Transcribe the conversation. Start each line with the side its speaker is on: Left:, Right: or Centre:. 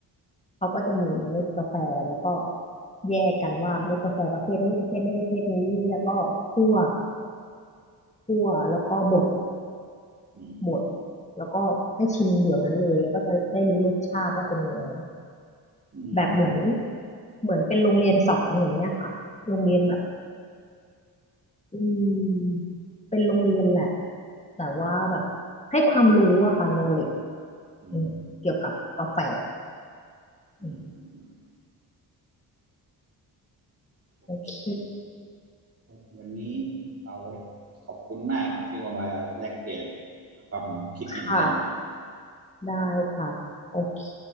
Left: เขาก็จะมีเม็ดกาแฟแล้วก็แยกกันว่าเม็ดกาแฟประเภทนี้ประเภทนี้ประเภทนี้แล้วก็คั่วคั่วแล้วก็บด
Right: อื
Left: บด
Right: ม
Left: แล้วก็ให้ชิมเดี๋ยวนั้นเลยแล้วก็จะได้รู้รสชาติว่าเป็นยังไง
Right: อืม
Left: แบบเหมือนเหมือนเป็นโรงเรียนสอนอย่างเงี้ยค่ะโรงเรียนแบบ
Right: อืม
Left: อืมเป็นโรงเรียนแหละแต่ว่าแบบให้ความรู้อะค่ะ knowledge
Right: อืม
Left: อืมเกี่ยวกับกาแฟ
Right: อืม
Left: อืม
Right: โอเค
Left: โอเค
Right: เดี๋ยววันนี้เอาไว้ขอบคุณมากที่มาแลกเปลี่ยนความคิดเห็นกัน
Left: ค่ะ ได้ค่ะโอเค